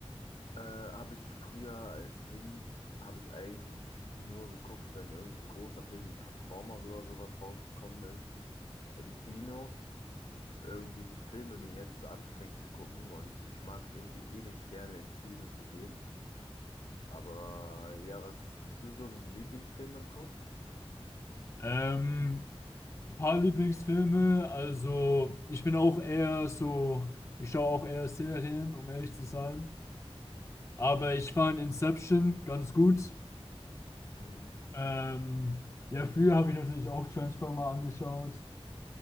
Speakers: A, on the left; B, on the left.
A: Äh, habe ich früher als Kind, habe ich eigentlich nur geguckt, wenn irgendein großer Film wie Transformers oder sowas rausgekommen ist, im Kino. Irgendwie sind Filme mir jetzt zu anstrengend zu gucken und ich mag es irgendwie eh nicht gerne ins Kino zu gehen. Aber ja, was hast du so einen Lieblingsfilm im Kopf?
B: Ähm, ein paar Lieblingsfilme, also ich bin auch eher so, ich schaue auch eher Serien, um ehrlich zu sein. Aber ich fand Inception ganz gut.
A: Mhm.
B: Ähm, ja, früher habe ich natürlich auch Transformer angeschaut.